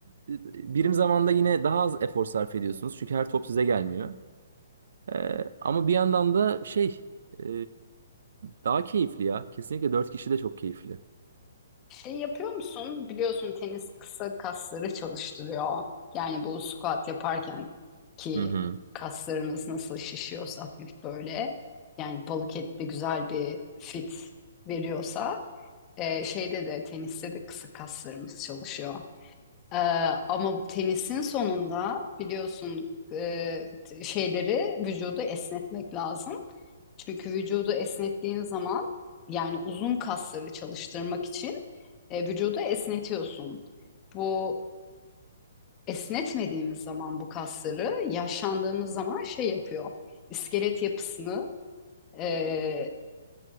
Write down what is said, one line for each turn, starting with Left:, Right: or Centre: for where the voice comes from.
Right: Birim zamanda yine daha az efor sarf ediyorsunuz. Çünkü her top size gelmiyor. Ee, ama bir yandan da şey e, daha keyifli ya. Kesinlikle dört kişi de çok keyifli.
Left: Şey yapıyor musun? Biliyorsun tenis kısa kasları çalıştırıyor. Yani bu squat yaparken ki
Right: Hı hı.
Left: kaslarımız nasıl şişiyorsa hafif böyle. Yani balık etli güzel bir fit veriyorsa e, şeyde de teniste de kısa kaslarımız çalışıyor. E, ama tenisin sonunda biliyorsun e, t- şeyleri vücudu esnetmek lazım. Çünkü vücudu esnettiğin zaman yani uzun kasları çalıştırmak için e, vücudu esnetiyorsun. Bu esnetmediğimiz zaman bu kasları yaşlandığımız zaman şey yapıyor. İskelet yapısını e,